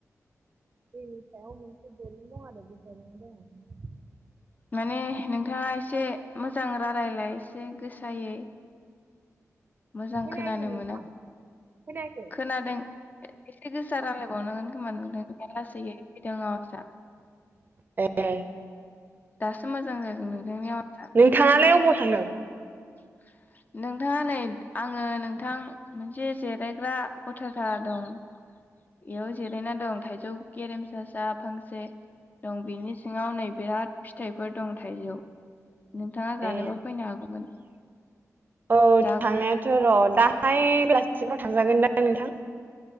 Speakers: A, on the right (about 35°); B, on the left (about 30°).
A: दैनि सायाव मोनसे दुरुं दं आरो बे दुरुङाव दङ।
B: माने नोंथाङा एसे मोजां रालायलाय एसे गोसायै। मोजां
A: खोनायाखै
B: खोनानो
A: नोंथां
B: मोनाखै <inaudible>
A: खोनायाखै
B: खोनादों एसे गोसा रायलायबावनांगोन खोमा नोंदों बेराद लासैयै फैदों आवाजआ।
A: ए
B: दासो मोजां जादों नोंथांनि आवाजा।
A: थाङालाय अबावथांदों‌‌?
B: <unintelligible> नोंथाङा नै आङो नोंथां मोनसे जिरायग्रा गथथा दं। बेयाव जिरायना दं थाइजौ गेरेमसासा फांसे दं बेनि सिङाव नै बिराद फिथाइफोर दं थाइजौ। नोंथाङा जानोबा
A: ए
B: फैनो हागौमोन।
A: औ
B: जाग्रा
A: थांनायाथ' र' दाहाय बेलासिसिमफ्राव थांजागोन दा नोंथां?